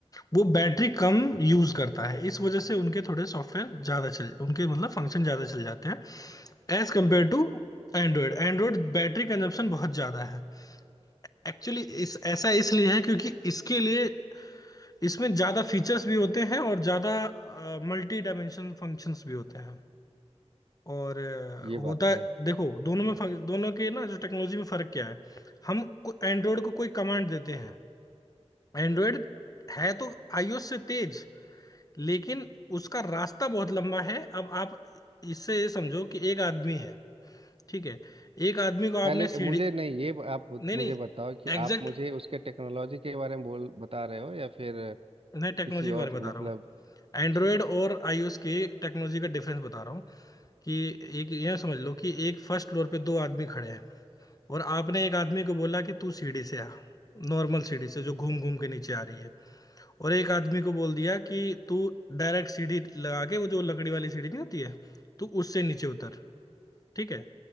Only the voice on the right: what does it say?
ये
बात है
पहले
मुझे नहीं ये ब- आप
मुझे
बताओ कि
आप मुझे उसके टेक्नोलॉजी के बारे में बोल बता रहे हो या फिर
किसी
और
मतलब
अच्छा